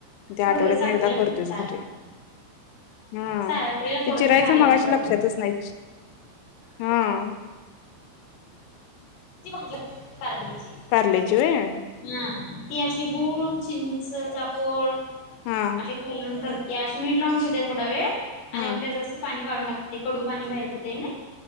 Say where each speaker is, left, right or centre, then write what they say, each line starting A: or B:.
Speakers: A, on the left; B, on the left.
A: ते आठवड्यातून
B: होय होय साखरेला
A: एकदा करतोयच.
B: खात कारलं
A: घरी हा
B: साखरेला
A: ते
B: कोरटून
A: चिरायच
B: कारलं
A: मगाशी
B: खातात
A: लक्षातच
B: ना
A: नाही हा,
B: ती भाजी आण. कारल्याची
A: कारल्याची होय
B: हा ती अशी गुळ, चिंचेचा कोळ
A: हा
B: अशी घालून करतात. ती अशी मीठ लावून ठेवत्यात. थोड्यावेळ, आणि
A: हा
B: मग त्याच अस, पाणी काढून टाकत. कडू पाणी बाहेर पडतय, नी